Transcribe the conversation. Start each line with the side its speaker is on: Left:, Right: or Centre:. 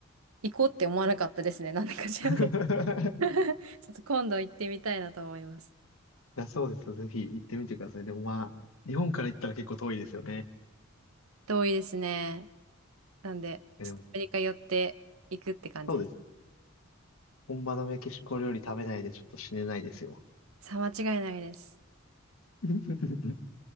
Right: 行こうって思わなかったですね。なんでか知らない。
Left: <laughs>
Right: <laughs> ちょっと今度行ってみたいなと思います。
Left: いや、そうですよ。ぜひ行ってみてください。でもまあ、日本から行ったら結構遠いですよね。
Right: 遠いですね。なんで、
Left: いやでも、
Right: ちょっとアメリカ寄って行くって感じです。
Left: そうです。本場のメキシコ料理食べないでちょっと死ねないですよ。
Right: さあ、間違いないです。
Left: <laughs>